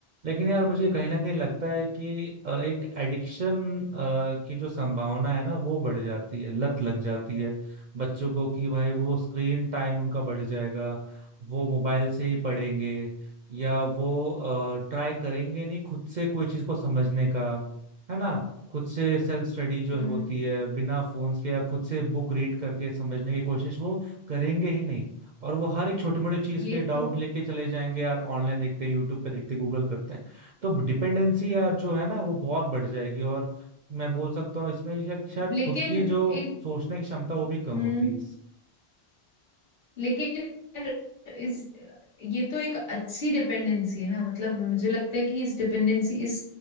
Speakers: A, on the right; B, on the left.
A: लेकिन यार मुझे कहीं ना कहीं लगता है कि अ, एक एडिक्शन की जो संभावना है ना वो बढ़ जाती है लत लग जाती है बच्चों को कि भाई वो स्क्रीन टाइम उनका बढ़ जाएगा वो मोबाइल से ही पढ़ेंगे या वो ट्राई करेंगे नहीं खुद से कोई चीज़ को समझने का है ना खुद से सेल्फ स्टडी जो
B: हम्म
A: होती है बिना फोन्स के या खुद से बुक रीड करके समझने की कोशिश वो करेंगे ही नहीं और वो हर एक छोटी मोटी चीज
B: ये
A: के डाउट
B: तो
A: लेके चले जाएंगे यार ऑनलाइन देखते हैं यूट्यूब पे देखते हैं गूगल करते हैं तो डिपेंडेंसी यार जो है ना वो बहुत बढ़ जाएगी और मैं बोल सकता हूँ इसमें शायद शायद
B: लेकिन
A: खुद की जो
B: एक
A: सोचने की क्षमता वो भी कम
B: हम्म
A: होती है इससे।
B: लेकिन इस ये तो एक अच्छी डिपेंडेंसी है ना मतलब मुझे लगता है कि इस डिपेंडेंसी इस